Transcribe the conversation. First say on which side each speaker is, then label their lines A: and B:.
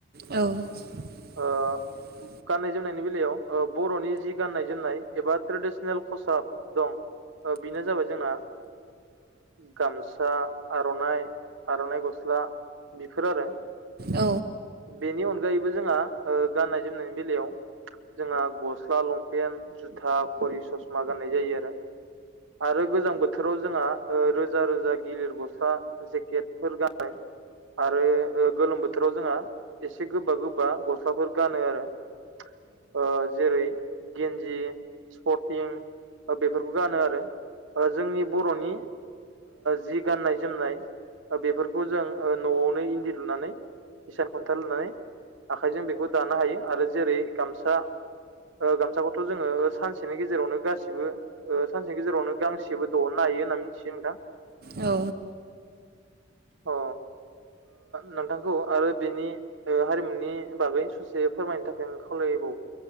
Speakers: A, on the right; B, on the right.
A: औ
B: ओ
A: <unintelligible>
B: गाननाय जोमनायनि बेलायाव बर'नि जि गाननाय जोमनाय एबा ट्रेडिसनेल खसाब दं बेनो जाबाय जोंना गामसा आर'नाइ आर'नाइ गस्ला बेफोर आरो
A: औ
B: बेनि अनगायै जोंहा गाननाय जोमनायनि बेलायाव जोंहा गस्ला लंपेन्ट जुथा खरि ससमा गाननाय जायो आरो आरो गोजां बोथोराव जोंहा रोजा रोजा गिलिर गस्ला जेकेटफोर गानो आरो गोलोम बोथोराव जोंहा एसे गोबा गोबा गस्लाफोर गानो आरो जेरै गेन्जि स्पर्टिं बेफोरखौ गानो आरो जोंनि बर'नि जि गाननाय जोमनाय बेफोरखौ जों न'आवनो इन्दि लुनानै हिसान खन्थाल लुनानै आखाइजों बेखौ दानो हायो आरो जेरै गामसा गामसाखौथ' जोङो सानसेनि गेजेरावनो गासिबो सानसेनि गेजेरावनो गांसेबो दिहननाय हायो होनना मिथियो नोंथां
A: औ
B: अ नोंथांखौ आरो बेनि हारिमुनि बागै ससे फोरमायनो थाखाय आं खावलाय